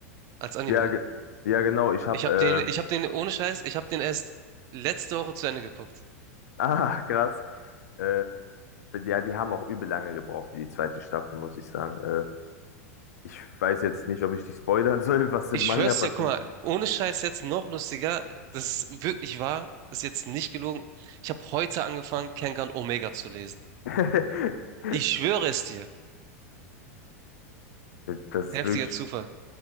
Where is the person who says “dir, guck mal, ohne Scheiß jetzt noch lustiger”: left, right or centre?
Right